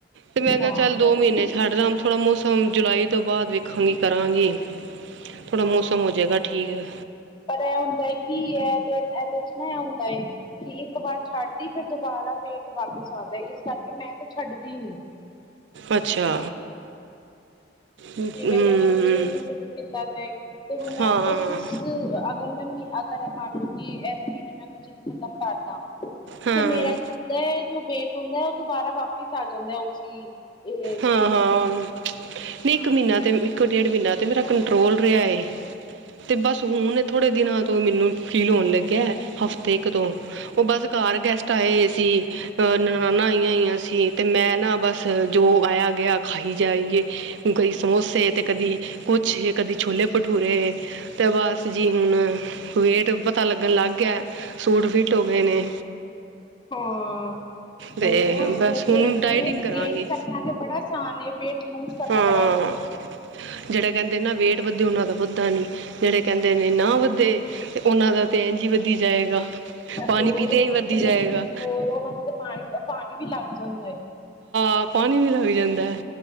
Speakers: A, on the right; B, on the left.
A: ਤੇ ਮੈਂ ਕਿਹਾ,
B: ਹਾਂ
A: ਚੱਲ ਦੋ
B: ਇਹ ਤੇ
A: ਮਹੀਨੇ
B: ਗੱਲ ਹੈ।
A: ਹਾਡੇ ਰਮ ਥੋੜ੍ਹਾ ਮੌਸਮ ਜੁਲਾਈ ਤੋਂ ਬਾਅਦ ਵੇਖਾਂਗੀ ਕਰਾਂਗੀ। ਥੋੜ੍ਹਾ
B: ਹਾਂ
A: ਮੌਸਮ ਹੋ ਜਾਏਗਾ। ਠੀਕ ਹੈ।
B: ਪਰ ਐ ਹੁੰਦਾ ਕੀ ਹੈ ਇਹਦੇ, ਇਹਦੇ 'ਚ' ਨਾ ਏਹ ਹੁੰਦਾ ਏ ਕਿ ਇੱਕ ਵਾਰ ਛੱਡਦੀ ਫਿਰ ਦੁਬਾਰਾ ਵੇਟ ਵਾਪਿਸ ਆਉਂਦਾ। ਇਸ ਕਰਕੇ ਮੈਂ ਤੇ ਛੱਡਦੀ ਨੀ।
A: ਅੱਛਾ। ਹਮ,
B: ਜਿਵੇਂ ਮੈਂ ਹੁਣ ਜਿੰਮ ਸ਼ੁਰੂ ਕੀਤਾ ਵੇ ਹੁਣ ਮੈਂ
A: ਹਾਂ
B: ਅਗਰ ਜਿਸ ਅਗਰ ਮੈਂ ਅਗਰ ਮੰਨ ਲਓ ਕਿ ਇਸ ਮਹੀਨੇ ਮੈਂ ਅਗ ਜਿੰਮ ਖਤਮ ਕਰਦਾ। ਤੇ
A: ਹਾਂ
B: ਮੇਰਾ ਕੀ ਹੁੰਦਾ ਏ। ਜੋ ਵੇਟ ਹੁੰਦਾ। ਉਹ ਦੁਬਾਰਾ ਵਾਪਿਸ ਆ ਜਾਂਦਾ ਉਸੀ ਇਹ ਸਟੇਜ
A: ਹਾਂ ਹਾਂ
B: ਤੇ।
A: ਨਹੀਂ, ਇੱਕ ਮਹੀਨਾ ਤੇ ਇੱਕੋ ਡੇਢ ਮਹੀਨਾ ਤੇ ਮੇਰਾ
B: ਹਾਂ
A: ਕੰਟਰੋਲ ਰਿਹਾ ਏ ਤੇ ਬਸ ਹੁਣ ਥੋੜੇ ਦਿਨਾਂ ਤੋਂ ਮੈਨੂੰ ਫੀਲ ਹੋਣ ਲੱਗਿਆ। ਹਫ਼ਤੇ ਕ ਤੋਂ ਉਹ ਬਸ ਘਰ ਗੈਸਟ ਆਏ ਹੋਏ ਸੀ। ਅ ਨਨਾਨਾਂ ਆਈਆਂ ਹੋਈਆਂ ਸੀ। ਤੇ ਮੈਂ ਨਾ ਬਸ ਜੋ ਆਇਆ-ਗਿਆ ਖਾਈ ਜਾਈਏ। ਕਦੀ ਸਮੋਸੇ ਤੇ ਕਦੀ ਕੁਛ ਕਦੀ ਛੋਲੇ-ਭਟੂਰੇ। ਉਸ ਦੇ ਬਾਦ ਬਸ ਜੀ ਹੁਣ ਵੇਟ ਪਤਾ ਲੱਗਣ ਲੱਗ ਗਿਆ ਏ ਸੂਟ ਫਿਟ ਹੋ ਗਏ ਨੇ।
B: ਹਾਂ,
A: ਤੇ
B: ਉਹੀ ਨਾ ਅੱਜ-ਕਲ
A: ਬਸ ਹੁਣ
B: ਬੇਟ-ਬੇਟ
A: ਡਾਈਟਿੰਗ ਕਰਾਂਗੀ
B: ਗੇਨ ਕਰਨਾ ਤੇ ਬੜਾ ਆਸਾਨ ਏ, ਵੇਟ ਲੂਜ ਕਰਨਾ
A: ਹਾਂ
B: ਬੜਾ ਔਖਾ ਏ।
A: ਜਿਹੜੇ ਕਹਿੰਦੇ ਨਾ ਵੇਟ ਵਧੇ ਉਹਨਾਂ ਦਾ ਵੱਧਦਾ ਨੀ। ਜਿਹੜੇ ਕਹਿਦੇ ਨੇ ਨਾ ਵੱਧੇ ਤੇ ਉਹਨਾ ਦਾ ਤੇ ਇੰਝ ਹੀ ਵਧੀ ਜਾਏਗਾ। ਪਾਣੀ
B: ਹੋਰ
A: ਪੀਤੇ
B: ਉਹਨਾ
A: ਹੀ ਵਧੀ
B: ਨੂੰ ਤਾਂ
A: ਜਾਏਗਾ
B: ਹੋਰ ਉਹਨਾ ਨੂੰ ਤਾਂ ਪਾਣੀ-ਪਾਣੀ ਵੀ ਲਗ ਜਾਦਾਂ ਏ।
A: ਆ ਪਾਣੀ ਵੀ ਲੱਗ ਜਾਦਾ ਹੈ।